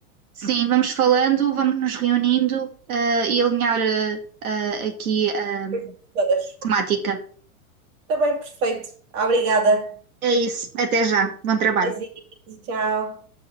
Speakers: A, on the right (about 75°); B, on the right (about 55°).
A: Sim, vamos falando, vamos nos reunindo eh, e alinhar eh, eh, aqui a
B: Coisas todas.
A: temática.
B: Está bem, perfeito. Obrigada.
A: É isso, até já. Bom trabalho.
B: Beijinhos, tchau.